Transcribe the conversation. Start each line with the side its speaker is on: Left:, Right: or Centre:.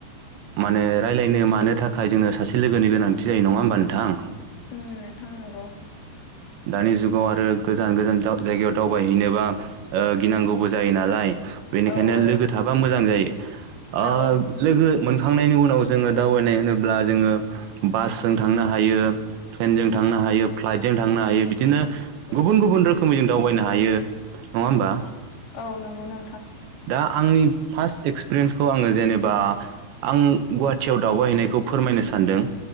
Right: माने रायलायनो मानो थाखाय जोंनो सासे लोगोनि गोनांथि जायो नङा होमबा नोंथां?
Left: उम नोंथां नांगौ।
Right: दानि जुगाव आरो गोजान गोजान जायगायाव दावबायहैनोबा ओ गिनांगौबो जायो नालाय। बेनिखायनो
Left: औ औ
Right: लोगो थाबा मोजां जायो ओ
Left: औ
Right: लोगो मोन थांखांनायनि उनाव जोङो दावबायनाय होनोब्ला जोङो बासजों थांनो हायो ट्रेनजों थांनो
Left: उम
Right: हायो फ्लाइटजों थांनो हायो बिदिनो गुबुन
Left: उम
Right: गुबुन रोखोमै जों दावबायनो हायो नङा होमबा?
Left: औ नंगौनो।
Right: दा आंनि फार्स्ट एक्सपिरियेन्सखौ आङो जेनेबा आं गुवाहाटियाव दावबायहैनायखौ फोरमायनो सानदों